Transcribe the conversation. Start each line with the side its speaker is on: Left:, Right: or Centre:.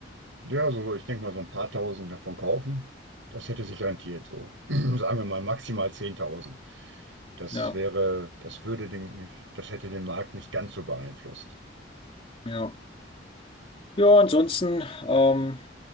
Right: Ja, so, ich denke mal, so ein paar tausend davon kaufen, das hätte sich rentiert, so <clears throat> sagen wir mal maximal 10.000. Das
Left: Ja,
Right: wäre, das würde den, das hätte den Markt nicht ganz so beeinflusst.
Left: ja. Ja, ansonsten, ähm,